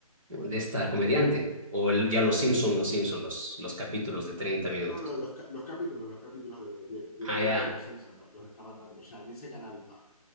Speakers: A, on the right; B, on the left.
A: de esta comediante, o el- ya los Simpson, los Simpson, los, los capítulos de 30 minutos.
B: No, no, Los, los capítulos, los capítulos de- de- del
A: Ah,
B: dibujo
A: ya.
B: de Los Simpsons los, los estaban dando ya, en ese canal los daban.